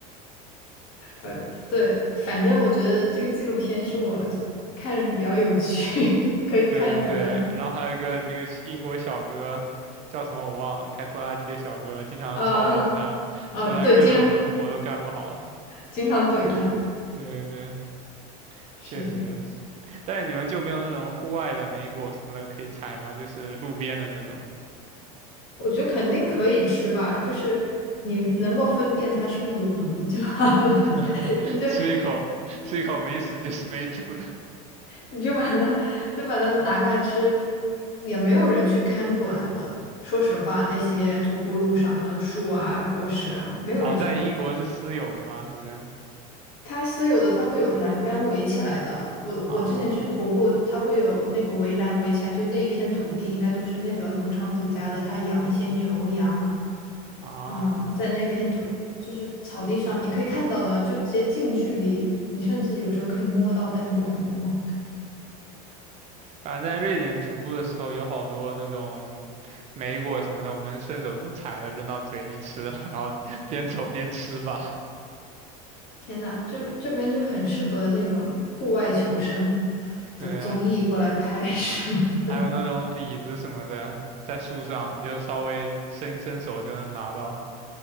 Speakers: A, on the left; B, on the right.
A: 对 <laughs> 对，反正我觉得这个纪录片是我就看着比较有趣，<laughs> 可以看下来。
B: 对对对，然后还有一个那个英国小哥叫什么我忘了，开拖拉机的小哥经常嘲讽他，
A: 啊啊，
B: 说他各种农活都干不好。
A: 对，经常经常怼他，
B: 对对对，
A: 是，
B: 确实。但是你们就没有那种户外的莓果什么的可以采吗？就是路边的那种，
A: 我觉得肯定可以吃吧，就是你能够分辨它是不是有毒的就好了，
B: <laughs>
A: <laughs> 你就
B: 吃一口吃一口没死就是没吐的。
A: 你就把它就把它拿过来吃，也没有人去看管的。说实话，那些徒步路上的树啊、果实啊，没有人去管。
B: 哦，在英国是私有的吗？还是
A: 它私有的它会有栏杆围起来的。我我之前去徒步，
B: 啊
A: 它会有那个围栏围起来，就那一片土地应该都是那个农场主家的，他养一些牛羊，
B: 啊？
A: 嗯，在那片土就是草地上，你可以看到的，就直接近距离，你甚至有时候可以摸到，但又不敢摸。
B: 反正在瑞典徒步的时候，有好多那种莓果什么的，我们顺手就采了扔到嘴里吃，然后 <laughs> 边走边吃吧。
A: 天呐，就这边就很适合那种户外求生
B: 对啊，
A: 的综艺过来拍 <laughs> 什么的。
B: 还有那种李子什么的，在树上你就稍微伸伸手就能拿到，